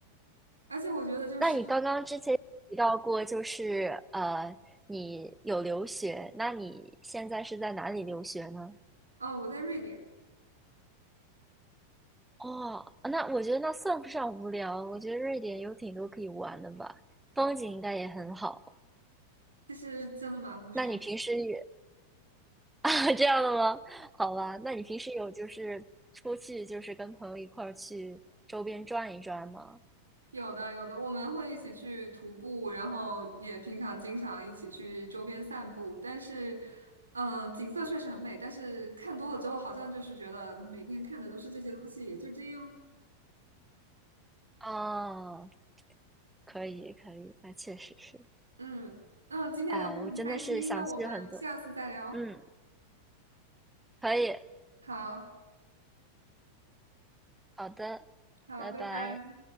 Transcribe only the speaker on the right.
而且我觉得就是，
啊，我在瑞典，
其实真的蛮无聊
有的有的，我们会一起去徒步，然后也平常经常一起去周边散步。但是，嗯、景色确实很美，但是看多了之后，好像就是觉得每天看的都是这些东西，也就这样。
嗯嗯，今天聊得很开心，
那我们下次再聊。
好
好，
拜拜。